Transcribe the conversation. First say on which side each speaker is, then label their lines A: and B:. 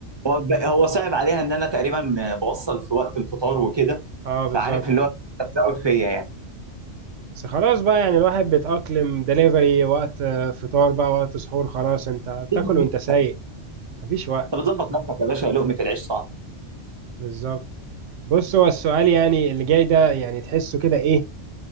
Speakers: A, on the right; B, on the right.
A: هو هو صعب عليها ان انا تقريبا بوصل في وقت الفطار وكده
B: اه بالظبط
A: فعارف اللي هو قوي فيا يعني
B: بس خلاص بقى يعني الواحد بيتأقلم دليفري وقت آه، فطار بقى وقت سحور خلاص انت بتاكل
A: انت
B: وانت سايق مفيش وقت
A: بتظبط نفسك يا باشا لقمه العيش صعب
B: بالظبط بص هو السؤال يعني اللي جاي ده يعني تحسه كده ايه